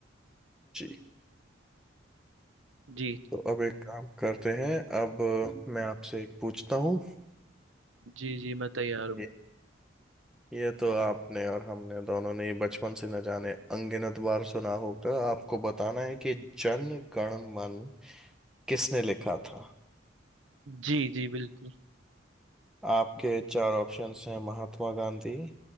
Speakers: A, in the centre; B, on the right.
A: जी
B: जी
A: तो अब एक काम करते हैं अब अ, मैं आपसे एक पूछता हूँ
B: जी जी मैं तैयार हूँ
A: ये ये तो आपने और हमने दोनों ने ही बचपन से न जाने अनगिनत बार सुना होगा आपको बताना है कि जन गण मन किसने लिखा था
B: जी जी बिल्कुल
A: आपके चार ऑप्शंस हैं महात्मा गांधी